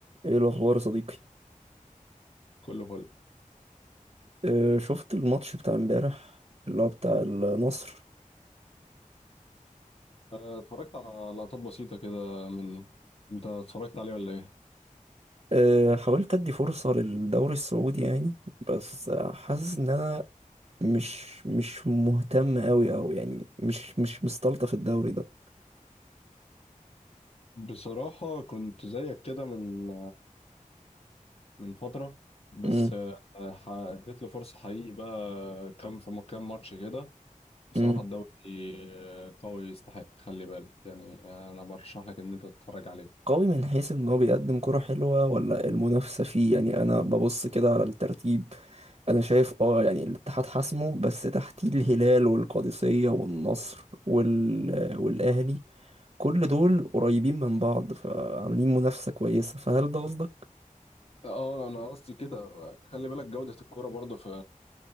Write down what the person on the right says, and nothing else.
ايه الاخبار يا صديقي
أه شفت الماتش بتاع امبارح اللي هو بتاع النصر
أه حاولت ادي فرصة للدوري السعودي يعني بس آه، حاسس ان انا مش مش مهتم قوي او يعني مش مش مستلطف الدوري ده
امم
امم
قوي من حيث ان هو بيقدم كرة حلوة ولا المنافسة فيه يعني انا ببص كده على الترتيب انا شايف اه يعني الاتحاد حاسمه بس تحتيه الهلال والقادسية والنصر وال... والاهلي كل دول قريبين من بعض فعاملين منافسة كويسة فهل ده قصدك؟